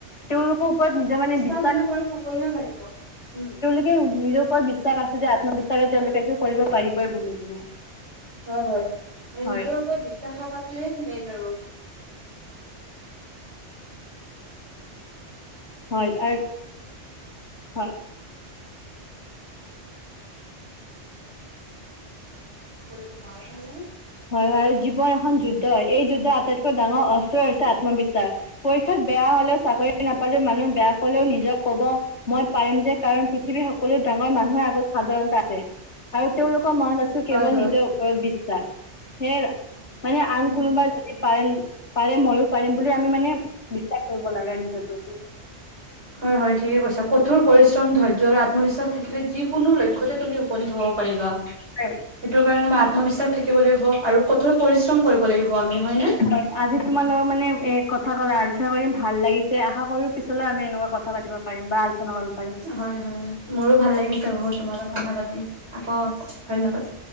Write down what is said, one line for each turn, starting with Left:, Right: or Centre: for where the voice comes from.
Left: তেওঁলোকৰ ওপৰত নিজৰ মানে বিস্
Right: জোনে কৰে সকলোৱে পাৰিব, উম।
Left: এই নিজৰ ওপৰত বিশ্বাস আছে যে, আত্মবিশ্বাসে তেওঁলোকেটো কৰিব পাৰিবই বুলি কিনে।
Right: হয় হয়। মানে
Left: হয়
Right: নিজৰ ওপৰত বিশ্বাস থকাতোৱেই মেইন আৰু।
Left: হয় আৰু হয়
Right: <unintelligible> <unintelligible> <unintelligible> <unintelligible>
Left: হয় হয়, জীৱন এখন যুদ্ধ হয়। এই যুদ্ধৰ আটাইতকৈ ডাঙৰ অস্ত্ৰই হৈছে আত্মবিশ্বাস। পৰীক্ষাত বেয়া হলেওঁ, চাকৰি নাপালেও মানুহ বেয়া কলেও নিজক ক'ব মই পাৰিম যেন কাৰণ পৃথিৱীৰ সক সকলো ডাঙৰ মানুহৰ আগত সাধাৰণতা আছে। আৰু তেওঁলোকৰ মনত আছিল
Right: হয়
Left: কেৱল
Right: হয়
Left: নিজৰ ওপৰত বিশ্বাস। সেৰা, মানে আন
Right: উম
Left: কোনোবা যদি পাৰে পাৰে ময়ো পাৰিম বুলি আমি মানে, বিশ্বাস কৰিব লাগে নিজৰ প্ৰতি।
Right: হয় হয় ঠিকে কৈছা। কঠোৰ পৰিশ্ৰম, ধৈৰ্য আৰু আত্মবিশ্বাস থাকিলে যিকোনো লক্ষ্যতে তুমি উপনীত হ'ব পাৰিবা। সেইটো
Left: প্ৰতি।
Right: কাৰণে আমাৰ আত্মবিশ্বাস থাকিব লাগিব, আৰু কঠোৰ পৰিশ্ৰম কৰিব লাগিব আমি হয় নে?
Left: হয়। আজি তোমালোকৰ মানে এ কথা কলে আলোচনা কৰিম ভাল লাগিছে, আশা কৰো পিছলৈ আমি এনেকুৱা কথা পাতিব প পাৰিম বা আালচনা কৰি
Right: হয় হয়। মোৰো ভাল লাগিছে বহুত তোমাৰ লগত
Left: হয়
Right: কথা পাতি। আকৌ ধন্যবাদ।